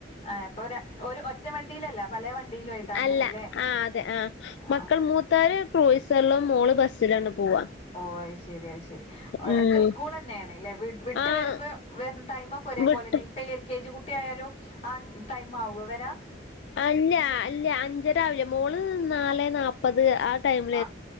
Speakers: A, on the left (about 35°); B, on the left (about 70°).
A: ആഹ് ഇപ്പൊ ഒരു ഒറ്റ വണ്ടിയിലല്ല പല വണ്ടിയിലും ആയിട്ട് അങ്ങനെല്ലേ
B: അല്ല ആഹ് അതെ ആഹ്
A: ആഹ്
B: മക്കൾ മൂത്താർ ക്രൂയിസലും മോള് ബസ്സിലാണ് പോവ്വ
A: ഓഹ് അയ്ശരി അയ്ശരി ഒഹ്
B: ഉം
A: ഒറ്റ സ്കൂളന്നെയാണ് ഇല്ലെ വി വിട്ട്
B: ആഹ്
A: വരുമ്പോ വര് ടൈമോക്ക ഒരേ
B: വിട്ട്
A: പോലെന്നെ പ്പ എൽ കെ ജി കുട്ടി ആയാലും ആ ടൈം ആവുവോ വരാ
B: അല്ല അല്ല അഞ്ചരാവില്ല മോള് നാലെ നാപ്പത് ആ ടൈം
A: അ